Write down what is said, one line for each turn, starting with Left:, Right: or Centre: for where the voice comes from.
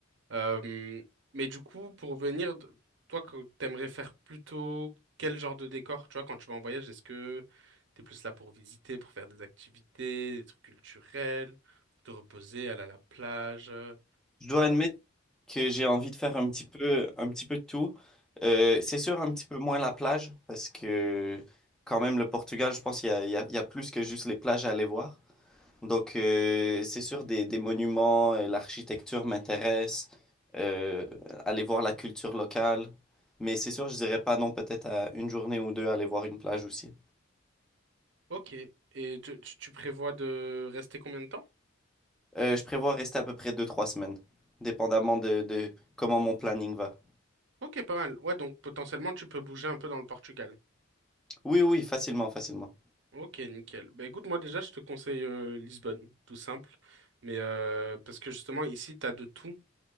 Right: Euh, mais du coup, pour venir, de- toi, que t'aimerais faire plutôt quel genre de décor, tu vois, quand tu vas en voyage, est-ce que t'es plus là pour visiter, pour faire des activités, des trucs culturels, pour te reposer, aller à la plage? euh,
Centre: Je dois admettre que j'ai envie de faire un petit peu, un petit peu de tout. Euh, c'est sûr un petit peu moins la plage, parce que quand même le Portugal, je pense qu'il y a il y a- il y a plus que juste les plages à aller voir. Donc, euh, c'est sûr, des, des monuments, euh, l'architecture m'intéresse, euh, aller voir la culture locale. Mais c'est sûr, je dirais pas non, peut-être à une journée ou deux, aller voir une plage aussi.
Right: ok. Et tu, tu tu prévois de rester combien de temps?
Centre: Euh, je prévois rester à peu près deux, trois semaines, dépendamment de, de comment mon planning va.
Right: Ok, pas mal. Ouais, donc potentiellement, tu peux bouger un peu dans le Portugal.
Centre: Oui, oui, facilement, facilement.
Right: Ok, nickel. Bah écoute, moi déjà, je te conseille euh, Lisbonne, tout simple. Mais euh, parce que justement, ici, t'as de tout.